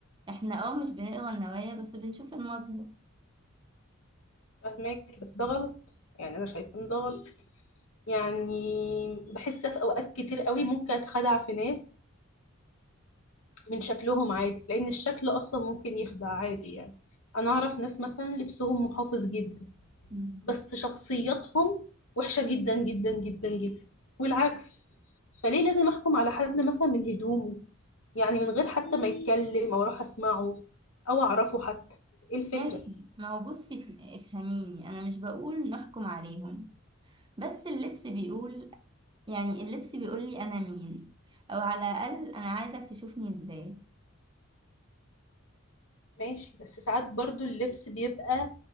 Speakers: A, on the right; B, on the left.
A: احنا اه مش بنقرا النوايا بس بنشوف المظهر
B: فاهمك بس ده غلط يعني انا شايفه ان ده غلط يعني بحس في اوقات كتير قوي ممكن اتخدع في ناس من شكلهم عادي لان الشكل اصلا ممكن يخدع عادي يعني انا اعرف ناس مثلا لبسهم محافظ جدا
A: مم.
B: بس شخصياتهم وحشة جدا جدا جدا جدا والعكس فليه لازم احكم على حد مثلا من هدومه يعني من غير حتى ما يتكلم او اروح اسمعه او اعرفه حتى ايه الفكرة
A: ماشي ما هو بصي افهميني أنا مش بقول نحكم عليهم بس اللبس بيقول يعني اللبس بيقول لي أنا مين أو على الأقل أنا عايزك تشوفني إزاي
B: ماشي بس ساعات برضو اللبس بيبقى